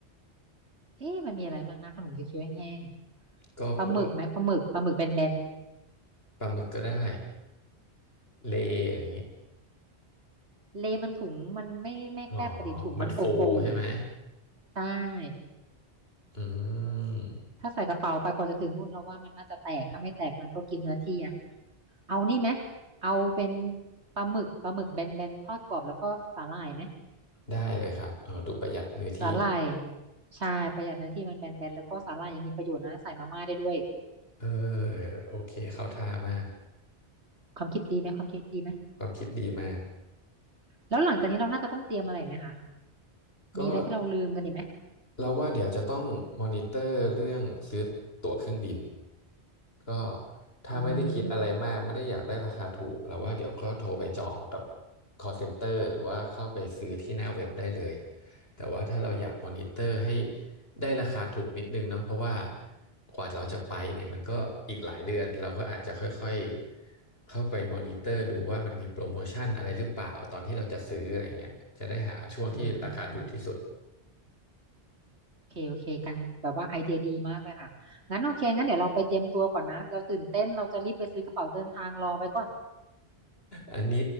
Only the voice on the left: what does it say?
ก็พวกปลาหมึกก็ได้เลอย่างนี้
อ๋อมันฟูใช่ไหม
อืม
ได้เลยครับเออดูประหยัดเนื้อที่
เออ โอเค เข้าท่ามาก
ความคิดดีมาก
ก็
เราว่าเดี๋ยวจะต้องมอนิเตอร์เรื่องซื้อตั๋วเครื่องบินก็ถ้าไม่ได้คิดอะไรมากไม่ได้อยากได้ราคาถูกเราว่าเดี๋ยวก็โทรไปจองกับ
call center หรือว่าเข้าไปซื้อที่หน้าเว็บได้เลยแต่ว่าถ้าเราอยากมอนิเตอร์ให้ได้ราคาถูกนิดนึงเนาะเพราะว่ากว่าเราจะไปเนี่ยมันก็อีกหลายเดือนเราก็อาจจะค่อยๆเข้าไปมอนิเตอร์ดูว่ามันมีโปรโมชั่นอะไรหรือเปล่าตอนที่เราจะซื้ออะไรเงี้ยจะได้หาช่วงที่ราคาถูกที่สุด
อันนี้